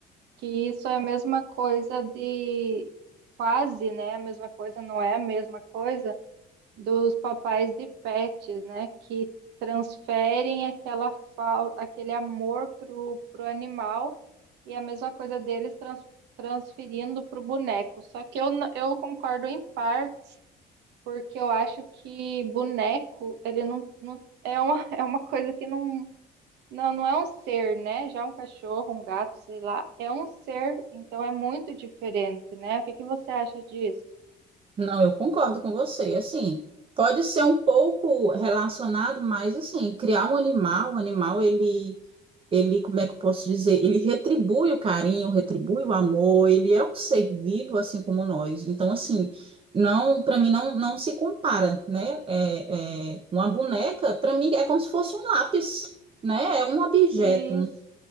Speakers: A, on the right; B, on the right.
A: que isso é a mesma coisa de quase, né? A mesma coisa, não é a mesma coisa dos papais de pets, né? Que transferem aquela fal- aquele amor pro, pro animal e a mesma coisa deles trans- transferindo pro boneco. Só que eu, n- eu concordo em parte porque eu acho que boneco, ele não, não é uma, <laughs> é uma coisa que não, não, não é um ser, né? Já um cachorro, um gato, sei lá, é um ser, então é muito diferente, né? O que que você acha disso?
B: Não, eu concordo com você. Assim, pode ser um pouco relacionado, mas assim, criar um animal, um animal, ele ele, como é que eu posso dizer? Ele retribui o carinho, retribui o amor, ele é um ser vivo assim como nós. Então, assim, não, para mim não, não se compara, né? É, é, uma boneca, para mim é como se fosse um lápis, né? É um objeto.
A: Isso.